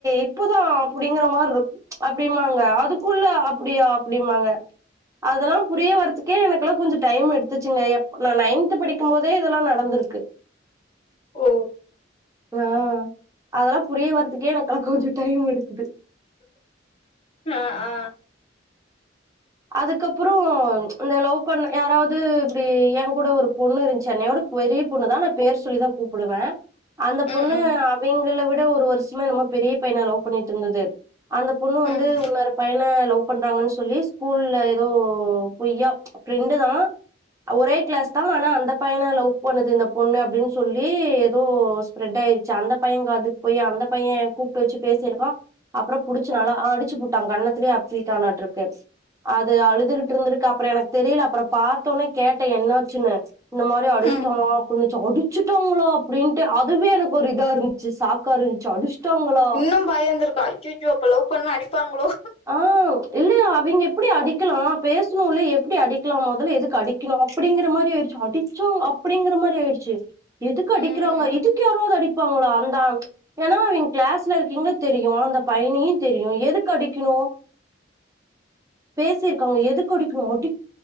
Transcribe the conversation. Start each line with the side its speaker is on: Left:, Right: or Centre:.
Right: இப்பதா அப்புடிங்கிற மார் இருக்கு அப்டிபாங் க அதுக்குள்ள அப்புடியா அப்டிபாங்க அதெல்லா புரிய வரதுக் கே எனக்கெல்லா கொஞ்சோ டைம் எடுத்துச்சுங்க எப் நா நைன்த் படிக்கு போதே இதெல்லா நடந்திருக்கு
Left: ஓ
Right: ஆ அதெல்லா புரிய வரதுக்கே எனக்கெல்லா‌ கொஞ்சோ டைம் எடுக்குது
Left: ஆ ஆ
Right: அதுக்கப்பறோ இந்த லவ் பண் யாராவது இப்டி என் கூட ஒரு பொண்ணு இருந்துச்சு என்னையோட பெரிய பொண்ணுதா நா பேர் சொல்லிதா கூப்பிடுவ அந்த பொண்ணு
Left: ம் ம்
Right: அவிங்கள விட ஒரு வருஷமோ எண்ணமோ பெரிய பையன லவ் பண்ணிட்டு இருந்துது அந்த பொண்ணு வந்
Left: ம்
Right: து இன்னொரு பையன லவ் பண்றாங்கன்னு சொல்லி ஸ்கூல்ல ஏதோ பொய்யா ஃப்ரெண்டுதா ஒரே கிளாஸ்தா ஆனா அந்த பையன லவ் பண்ணுது இந்த பொண்ணு அப்டின்னு சொல்லி ஏதோ ஸ்பெரெட் ஆயிருச்ச அந்த பைய காதுக்கு போய் அந்த பைய கூப்ட்டு வச்சு பேசியிருக்கா அப்றோ புடுச்சு நல்லா அடுச் அடிச்சுபுட்டா கண்ணத்துலயே அப்பிட்டானாட்ருக்கு அது அழுதுகிட்டு இருந்துருக்கு அப்றோ எனக்கு தெரில அப்றோ பாத்தோனே கேட்ட என்னாச்சுன்னு இந்த மாரி அடிச்சிட்டாமா
Left: ம்
Right: அப்டின்ச்சு அடிச்சுட்டாங்ள அப்டின்ட்டு அதுவே எனக்கு ஒரு இதா இருன் ச்சு சாக்காருன்ச்சு அடிஷ்டாங்ளா
Left: அது பயந்து இருக்கு அய்ய அய்யோ அப்ப லவ் பண்ண அடிப்பாங்ளோ
Right: ஆ இல்ல அவிங்க எப்புடி அடிக்லா பேசணுல்ல எப்டி அடிக்லா மொதல்ல எதுக்கு அடி க்றா அப்டிங்கிற மாரி ஆயிடுச்சு அடிச்சாங் அப்டிங்கிற மாரி ஆயிடுச்சு எதுக்கு அடிக்கிறாங்க
Left: ம் ம் ம்
Right: இதுக்கு யாராவது அடிப்பாங்ளா அந்த ஏனா அவிங் கிளாஸ்ல இருக்கீங்லியு தெரியு‌ அந்த பைனியு தெரியு எதுக்கு அடிக் ணு பேசிருக்காங்க எதுக்கு அடிக்கணு அடி